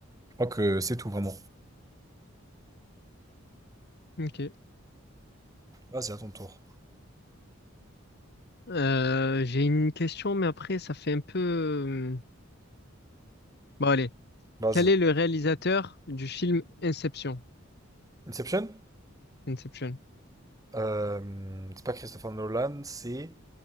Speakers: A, on the right; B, on the left.
A: Je crois que c'est tout, vraiment.
B: Ok.
A: Vas-y, à ton tour.
B: Euh, j'ai une question, mais après, ça fait un peu... euh, Bon, allez.
A: Vas-y.
B: Quel est le réalisateur du film Inception?
A: Inception?
B: Inception.
A: Euh, c'est pas Christopher Nolan, c'est...